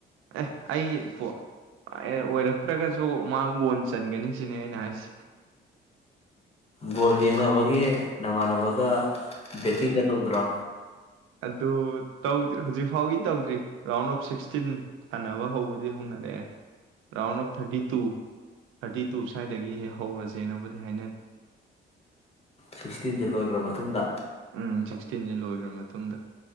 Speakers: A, on the right; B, on the left.
A: ꯑꯦ ꯑꯩꯒꯤ ꯑꯣꯏꯔꯛꯇ꯭ꯔꯒꯁꯨ ꯃꯥꯒꯣꯟ ꯆꯟꯒꯅꯤ ꯁꯤꯅꯦ ꯑꯩꯅ ꯍꯥꯏꯁꯦ
B: ꯕꯣꯜ ꯌꯦꯡꯅꯕꯒꯤ ꯅꯃꯥꯟꯅꯕꯒ ꯕꯦꯠꯇꯤꯡꯒ ꯇꯧꯗ꯭ꯔꯣ
A: ꯑꯗꯨ ꯇꯧꯗ꯭ꯔꯤ ꯍꯧꯖꯤꯛꯐꯥꯎꯒꯤ ꯇꯧꯗ꯭ꯔꯤ ꯔꯥꯎꯟ ꯑꯣꯐ ꯁꯤꯛꯁꯇꯤꯟ ꯁꯥꯟꯅꯕ ꯍꯧꯕꯗꯤ ꯍꯧꯅꯔꯛꯑꯦ round of thirty two thirty two ꯁ꯭ꯋꯥꯏꯗꯒꯤ ꯍꯧꯔꯁꯦꯅꯕꯨꯗꯤ ꯍꯥꯏꯅꯔꯤ
B: ꯁꯤꯛꯁꯇꯤꯟꯁꯦ ꯂꯣꯏꯈ꯭ꯔ ꯃꯇꯨꯡꯗ
A: ꯎꯝ ꯁꯤꯛꯁꯇꯤꯟꯁꯦ ꯂꯣꯏꯈ꯭ꯔ ꯃꯇꯨꯡꯗ